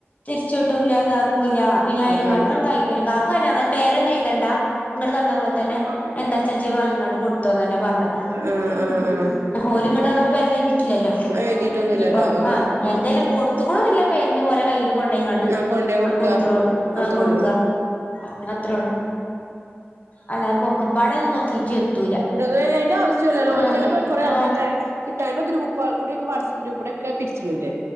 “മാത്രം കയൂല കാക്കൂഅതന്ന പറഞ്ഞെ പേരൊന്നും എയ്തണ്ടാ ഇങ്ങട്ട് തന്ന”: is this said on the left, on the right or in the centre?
Left